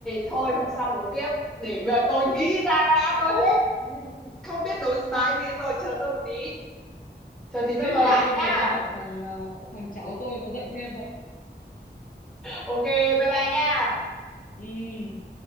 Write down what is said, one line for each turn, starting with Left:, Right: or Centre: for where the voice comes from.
Centre: thôi hôm sau đấu tiếp. Để mà tôi nghĩ ra đã, tôi hết không biết đấu bài gì rồi, chờ tôi một tí. Chờ tí tôi
Left: thế
Centre: gọi
Left: để
Centre: lại
Left: tôi
Centre: nha
Left: về tôi bảo thằng ờ, thằng cháu tôi nó dạy thêm vậy
Centre: Ok, bye bye nha.
Left: ừ